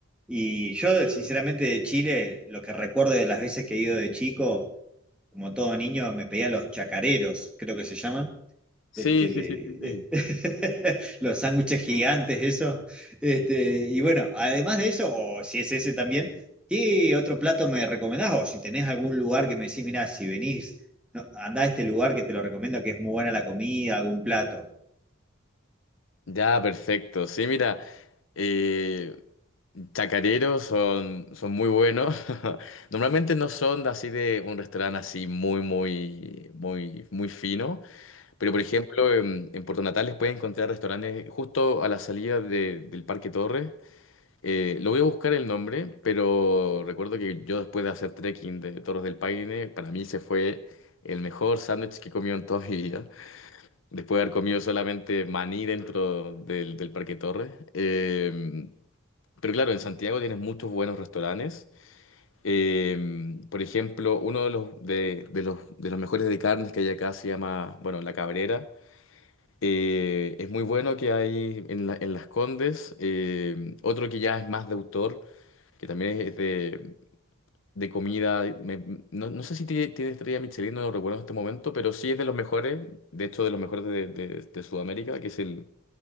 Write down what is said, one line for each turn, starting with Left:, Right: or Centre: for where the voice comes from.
Centre: Y yo, sinceramente, de Chile, lo que recuerdo de las veces que he ido de chico, como todo niño, me pedía los chacareros, creo que se llaman
Left: Sí,
Centre: este,
Left: sí, sí, sí, sí.
Centre: eh, <laughs> los sándwiches gigantes, eso. Este, y bueno, además de eso, o si es ese también, ¿qué otro plato me recomendás? O si tenés algún lugar que me decís, mira, si venís, no, andá a este lugar que te lo recomiendo, que es muy buena la comida, algún plato.
Left: Ya, perfecto. Sí, mira, eh, chacareros son, son muy buenos. <laughs> Normalmente no son así de un restaurante así muy, muy, muy, muy fino. Pero, por ejemplo, en, en Puerto Natales puedes encontrar restaurantes justo a la salida de- del Parque Torres. Eh, lo voy a buscar el nombre, pero recuerdo que yo después de hacer trekking de Torres del Paine, para mí se fue el mejor sándwich que he comido en toda mi vida. Después de haber comido solamente maní dentro del, del Parque Torres. Eh, pero claro, en Santiago tienes muchos buenos restaurantes. Eh, por ejemplo, uno de los, de, de los, de los mejores de carnes que hay acá se llama, bueno, La Cabrera eh, es muy bueno que hay en, la- en Las Condes. eh, otro que ya es más de autor, que también es de, de comida. eh, me- no, no sé si tiene, tiene estrella Michelin, no lo recuerdo en este momento, pero sí es de los mejores, de hecho, de los mejores de, de- de Sudamérica, que es el,